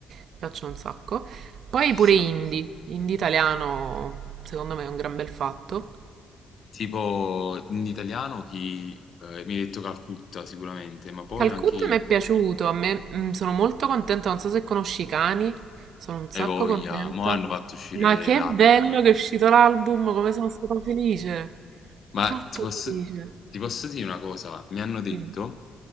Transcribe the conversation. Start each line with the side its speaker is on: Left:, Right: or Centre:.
Right: mi piacciono un sacco. Poi
Left: ci
Right: pure
Left: sta.
Right: indie, indie italiano, secondo me è un gran bel fatto.
Left: Tipo, in italiano chi, eh, mi hai detto Calcutta sicuramente, ma poi
Right: Calcutta
Left: anche
Right: mi è piaciuto, a me mm, sono molto contenta, non so se conosci i cani, sono un sacco
Left: Hai voglia,
Right: contenta.
Left: mo hanno fatto uscire
Right: Ma che
Left: l'album.
Right: bello che è uscito l'album, come sono stata felice,
Left: Ma
Right: troppo
Left: ti posso,
Right: felice.
Left: ti posso dire una cosa, mi hanno detto
Right: Dimmi.